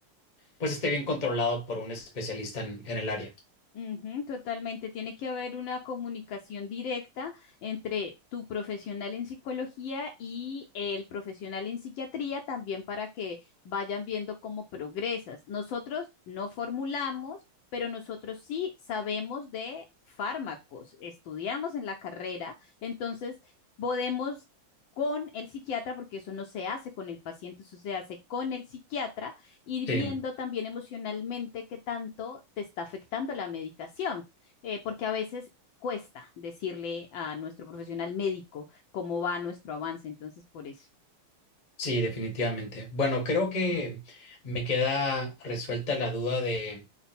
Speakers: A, on the left (about 35°); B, on the left (about 70°).
A: pues esté bien controlado por un especialista en, en el área.
B: Ujú, totalmente. Tiene que haber una comunicación directa entre tu profesional en psicología y el profesional en psiquiatría también para que vayan viendo cómo progresas. Nosotros no formulamos, pero nosotros sí sabemos de fármacos, estudiamos en la carrera, entonces podemos... con el psiquiatra, porque eso no se hace con el paciente, eso se hace con el psiquiatra, ir
A: Sí,
B: viendo también emocionalmente qué tanto te está afectando la medicación, eh, porque a veces cuesta decirle a nuestro profesional médico cómo va nuestro avance, entonces por eso.
A: sí, definitivamente. Bueno, creo que me queda resuelta la duda de